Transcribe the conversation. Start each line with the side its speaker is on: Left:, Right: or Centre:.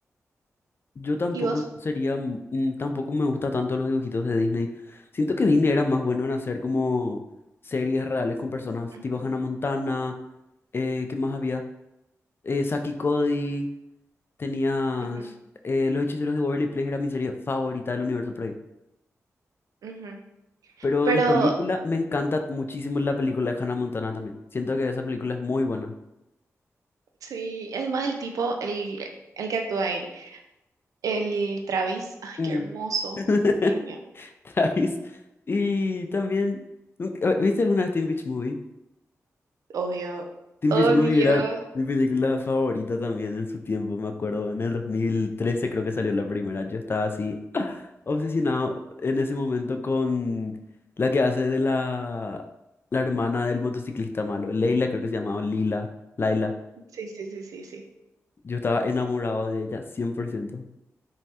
Left: Yo tampoco
Right: ¿Y vos?
Left: sería, m- mm, tampoco me gusta tanto los dibujitos de Disney. Siento que Disney era más bueno en hacer como series reales con personas,
Right: Ujú,
Left: tipo Hannah Montana, eh, ¿qué más había? Eh, Saki y Cody, tenías
Right: ujú,
Left: eh, Los Hechiceros de Waverly Place, era mi serie favorita del universo
Right: ujú.
Left: Pero
Right: Pero
Left: de película, me encanta muchísimo la película de Hannah Montana también. Siento que esa película es muy buena.
Right: sí, además el tipo, el, el que actúa ahí, el Travis, ay,
Left: Mm.
Right: qué hermoso.
Left: <laughs>
Right: Dios mío.
Left: ¿Sabes? Y también, nunca- eh, ¿viste alguna vez Teen Beach Movie?
Right: Obvio.
Left: Teen
Right: Obvio.
Left: Beach Movie era mi película favorita también en su tiempo, me acuerdo. En el 2013 creo que salió la primera. Yo estaba así <gasps> <laughs> obsesionado en ese momento con la que hace de la, la hermana del motociclista malo. Leila creo que se llamaba, o Lila, Laila.
Right: Sí, sí, sí, sí, sí.
Left: Yo estaba enamorado de ella, cien por ciento